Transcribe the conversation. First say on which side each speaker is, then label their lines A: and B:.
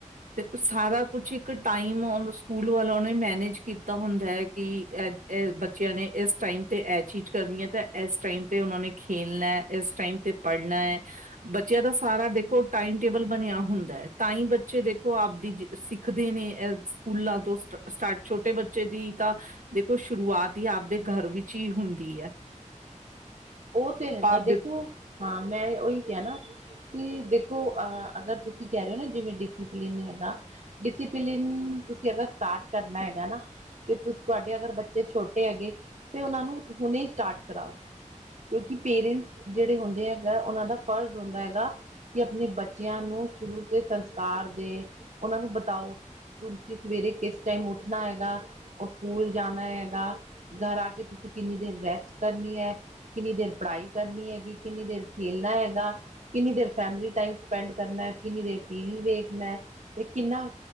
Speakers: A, on the right (about 85°); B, on the right (about 65°).
A: ਤੇ ਸਾਰਾ ਕੁਛ ਇੱਕ ਟਾਈਮ ੳ ਸਕੂਲ ਵਾਲੋ ਨੇ ਮੈਨੇਜ ਕੀਤਾ ਤਾ ਹੁੰਦਾ ਹੈ ਕਿ, ਇਹ-ਇਹ ਬੱਚੇਆਂ ਨੇ ਇਸ ਟਾਈਮ ਤੇ ਏਹ ਚੀਜ ਕਰਨੀ ਐ ਤੇ ਇਸ ਟਾਈਮ ਤੇ ਉਹਨਾ ਨੇ ਖੇਲਣਾ ਐ, ਇਸ ਟਾਈਮ ਤੇ ਪੜ਼੍ਨਾ ਐ ਬੱਚੇਆਂ ਦਾ ਸਾਰਾ ਦੇਖੋ ਟਾਈਮ ਟੇਬਲ ਬਨੇਆ ਹੁੰਦਾ ਐ, ਤਾਂਈ ਬੱਚੇ ਦੇਖੋ ਆਪਦੀ ਜਿ ਸਿੱਖਦੇ ਨੇ ਏਹ ਸਕੂਲਾਂ ਤੋਂ ਸਟਾਰਟ ਛੋਟੇ ਬੱਚੇ ਬੱਚੇ ਦੀ ਤਾਂ ਦੇਖੋ ਸ਼ੁਰਆਤ ਈ ਆਪਦੇ ਘਰ ਵਿੱਚ ਹੀ ਹੁੰਦੀ ਐ।
B: ੳਹ ਤੇ ਹੈਗਾ
A: ਆਪਦੇ
B: ਦੇਖੋ, ਹਾਂ ਮੈਂ ੳਈ ਕੇਆ ਨਾ। ਨਈ ਦੇਖੋ ਅਹ ਅਗਰ ਤੁਸੀ ਕੈ ਰਏ ੳ ਨਾ, ਜਿਵੇਂ ਡਿਸਿਪਲਿਨ ਨਈ ਹੈਗਾ ਡਿਸੀਪਲਿਨ ਤੁਸੀ ਅਗਰ ਸਟਾਰਟ ਕਰਨਾ ਹੈਗਾ ਨਾ ਜੇ ਤੁਸ ਤੁਆਡੇ ਅਗਰ ਬੱਚੇ ਛੋਟੇ ਹੈਗੇ ਤੇ ੳਨਾਂ ਨੂੰ ਹੁਨੇ ਸਟਾਰਟ ਕਰਾਓ। ਪੇਰੈਂਟਸ ਜੇੜੇ ਹੁੰਦੇ ਹੈਗਾ ਉਨਾਂ ਦਾ ਫਰਜ ਹੁੰਦਾ ਹੈਗਾ ਕਿ ਅਪਨੇ ਬੱਚੇਆਂ ਨੂੰ ਸ਼ੁਰੂ ਤੇ ਸੰਸਕਾਰ ਦੇ, ੳਨਾਂ ਨੂੰ ਬਤਾਓ ਤੁਸੀ ਸਵੇਰੇ ਕਿਸ ਟਾਈਮ ਉਠਨਾ ਹੈਗਾ, ੳਹ ਸਕੂਲ ਜਾਨਾ ਹੈਗਾ ਘਰ ਆ ਕੇ ਤੁਸੀ ਕਿੰਨੀ ਦੇਰ ਰੈਸਟ ਕਰਨੀ ਐ ਕਿੰਨੀ ਦੇਰ ਪੜਾਈ ਕਰਨੀ ਹੈਗੀ, ਕਿੰਨੀ ਦੇਰ ਖੇਲਨਾ ਹੈਗਾ ਕਿੰਨੀ ਦੇਰ ਫੈਮਲੀ ਟਾਈਮ ਸਪੈਂਡ ਕਰਨਾ, ਕਿੰਨੀ ਦੇਰ ਟੀਵੀ ਵੇਖਨਾ ਤੇ ਕਿਨਾ